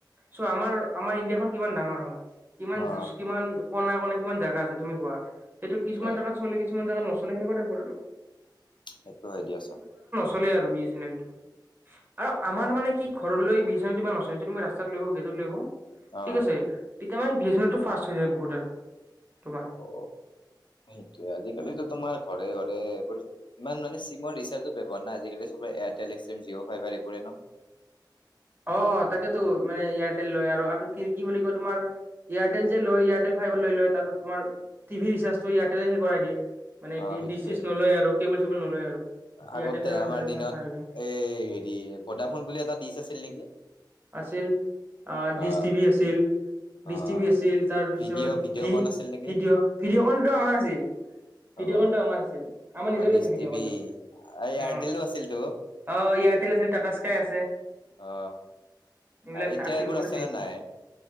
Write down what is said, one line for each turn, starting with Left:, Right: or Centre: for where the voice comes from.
Right: চ' আমাৰ আমাৰ ইণ্ডিয়াখন কিমান ডাঙৰ হয় কিমান
Left: অ
Right: কিমান কনে কনে কিমান জেগা আছে তুমি কোৱা সেটো
Left: সেইটোৱে
Right: কিছুমান জেগাত চলে কিছমান জেগাত নচলে সেনেকুৱা টাইপত আৰু
Left: সেইটো হয় দিয়াচোন
Right: চলে আৰু বি এ চেনেল টো আৰু আমাৰ
Left: অ
Right: মানে কি ঘৰলৈ বি এছ এল টো বা নচলে তই ৰাস্তাত লৈ আহ গ
Left: অ
Right: ঠিক আছে তেতিয়া মান বি এ চেনেল টো ফাৰ্ষ্ট হৈ যায় বহুত আৰু তোমাৰ।
Left: অ সেইটোয়ে আজিকালিতো তোমাৰ ঘৰে ঘৰে এইবোৰ ইমান মানে চিমৰ ৰিচাৰ্জো ব্যৱহাৰ নাই আজিকালি চবৰে এয়াৰটেল এক্সিম জিঅ' ফাইভাৰ এইবোৰেই ন
Right: অ তাকেতো মানে এয়াৰটেল লৈ আৰু আৰু কি কি বুলি কয় তোমাৰ এয়াৰটেল যে লয় এয়াৰটেল ফাইভাৰ লৈ লয় তাৰপাত তোমাৰ টিভি ৰিচাৰ্জটো এয়াৰটেলে সেই কৰাই দিয়ে মানে
Left: অ সেইটোৱে
Right: ডিচ চিচ নলয় আৰু কেবল চেবুল নলয় আৰু এয়াৰটেল
Left: আগতে
Right: ফাইবাৰ
Left: আমাৰ
Right: দ্বাৰা
Left: দিনত
Right: তোমাৰ পাই যায়।
Left: এ হেৰি ভদাফন বুলি এটা দিচ আছিল নেকি
Right: আছিল ডিছ
Left: অ
Right: টিভি আছিল ডিচ
Left: অ
Right: টিভি আছিল তাৰ পিছত
Left: ভিডিঅ' ভিডিঅ'
Right: ভি
Left: কন আছিল নেকি
Right: ভিডিঅ' ভিডিঅ'খনতো আমাৰ আছিল ভিডিঅ'
Left: অ
Right: কনটো আমাৰ আছিল আমাৰ নিজৰে
Left: ডিচ
Right: আছিল ভিডিঅ'
Left: টিভি
Right: কন টো
Left: এয়াৰটেলো
Right: অ
Left: আছিলতো
Right: অ এয়াৰটেল আছিল টাটা স্কাই আছে
Left: অ
Right: এইবিলাক
Left: এতিয়া
Right: আছিল
Left: এইবোৰ
Right: বহুত
Left: আছে
Right: আছিল এ
Left: নে নাই